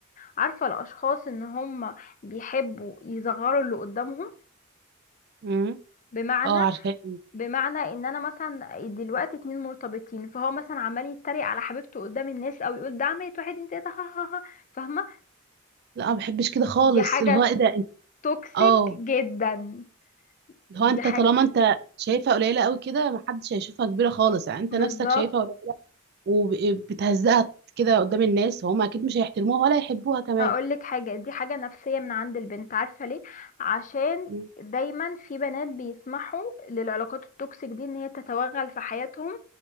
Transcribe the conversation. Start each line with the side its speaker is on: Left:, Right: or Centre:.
Left: عارفه الاشخاص ان هما بيحبوا يصغروا اللي قدامهم
Right: امم
Left: بمعنى
Right: اه عارفاه
Left: بمعنى ان انا مثلا دلوقتي اتنين مرتبطين فهو مثلا عمال يتريق على حبيبته قدام الناس او يقول ده عملت واحد اتنين تلاته ها ها ها فاهمه
Right: لا ما بحبش كده خالص
Left: دي حاجه
Right: اللي هو ايه ده انت
Left: توكسيك
Right: اه
Left: جدا
Right: اللي
Left: دي
Right: هو انت
Left: حاجه
Right: طالما انت شايفها قليله قوي كده ما حدش هيشوفها كبيره خالص يعني انت
Left: بالظبط
Right: نفسك شايفها قليله وبتهزقها كده قدام الناس وهم اكيد مش هيحترموها ولا يحبوها كمان
Left: اقول لك حاجه دي حاجه نفسيه من عند البنت عارفه ليه عشان
Right: مم.
Left: دايما في بنات بيسمحوا للعلاقات التوكسيك دي ان هي تتوغل في حياتهم